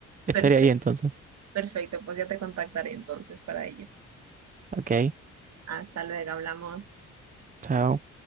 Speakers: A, on the right; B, on the right.
A: Estaría
B: Perfecto,
A: ahí entonces.
B: perfecto, pues ya te contactaré entonces para ello.
A: Ok.
B: Hasta luego, hablamos.
A: Chao.